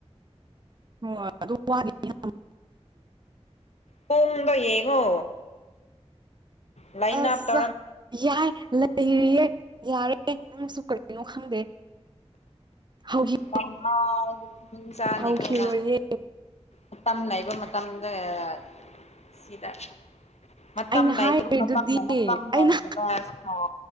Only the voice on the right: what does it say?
ꯍꯣꯏ ꯑꯗꯨ <unintelligible>
ꯑꯁꯥ
ꯌꯥꯏ ꯂꯩꯔꯤꯌꯦ ꯌꯥꯔꯦ ꯅꯪꯁꯨ ꯀꯔꯤꯅꯣ ꯈꯪꯗꯦ ꯍꯧꯖꯤꯛ
ꯍꯧꯈꯤꯔꯣꯏꯌꯦ
ꯑꯩꯅ
ꯍꯥꯏꯔꯤꯗꯨꯗꯤ
ꯑꯩꯅ